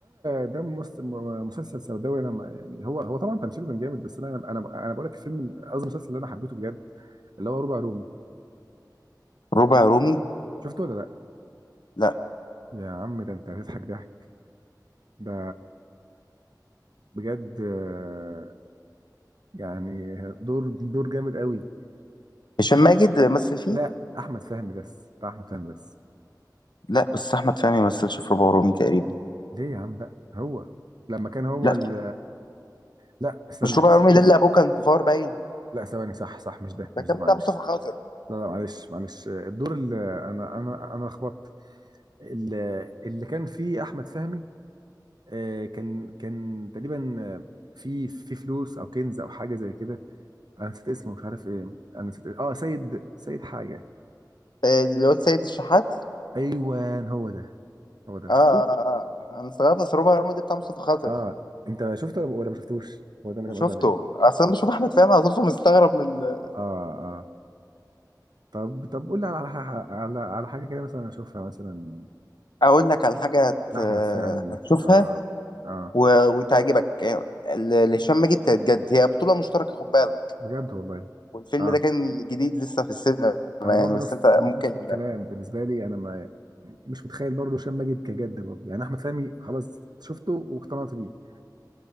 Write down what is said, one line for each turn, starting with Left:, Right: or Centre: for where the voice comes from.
Right: ده مس- مسلسل سوداوي انا ما- يعني هو هو طبعا تمثيله كان جامد بس انا انا انا بقول لك الفيلم قصدي المسلسل اللي انا حبيته بجد اللي هو ربع رومي
Left: ربع رومي
Right: شفته ولا لا
Left: لا
Right: يا عم ده انت هتضحك ضحك ده بجد آه، يعني دور دور جامد قوي
Left: هشام ماجد مثل فيه
Right: لا احمد فهمي بس بتاع احمد فهمي بس
Left: لا بس احمد فهمي ما مثلش في ربع رومي تقريبا
Right: ليه يا عم لا هو لما كان هو
Left: لا
Right: ال... لا استنى
Left: مش ربع
Right: استنى
Left: رومي ده اللي ابوه كان فار باين
Right: لا ثواني صح صح مش ده
Left: ده
Right: مش
Left: كان
Right: ده معلش
Left: بتاع مصطفى خاطر
Right: لا لا معلش معلش آه، الدور اللي انا انا انا لخبطت ال- اللي كان فيه احمد فهمي آه، كان كان تقريبا آه، في في فلوس او كنز او حاجه زي كده انا نسيت اسمه مش عارف ايه انا نسيت إيه. اه سيد سيد حاجه
Left: آه، الواد سيد الشحات
Right: ايوه هو ده هو ده ما
Left: اه
Right: شفتوش
Left: اه اه آه. انا استغربت بس ربع رومي ده بتاع مصطفى خاطر
Right: اه انت شفته ولا ما شفتوش هو ده انا كان
Left: شفته
Right: قصدي عليه
Left: اصلا بشوف احمد فهمي على طول مستغرب من ال-
Right: اه اه طب طب قول لي على ح- على على حاجه كده مثلا اشوفها مثلا
Left: اقول لك على حاجه هت...
Right: لاحمد
Left: آه،
Right: فهمي
Left: هتشوفها
Right: اه اه
Left: و... وتعجبك آه، ال- لهشام ماجد كانت جد هي بطوله مشتركه خد بالك
Right: بجد والله
Left: والفيلم
Right: اه
Left: ده كان جديد لسه في السينما يعني
Right: انا برضو
Left: بس
Right: نفس
Left: انت
Right: نفس
Left: ممكن
Right: الكلام بالنسبه لي انا ما مش متخيل برضو هشام ماجد كجد برضو يعني احمد فهمي خلاص شفته واقتنعت بيه